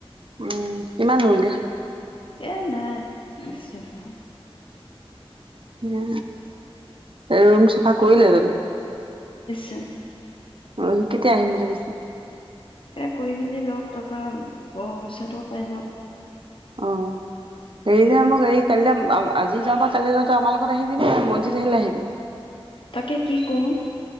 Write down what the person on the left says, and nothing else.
এ নাই। <unintelligible>
<unintelligible>
এই কৰি মেলি লওক তাৰপৰা পইচাটো পাই লওক।
তাকে কি কৰোঁ।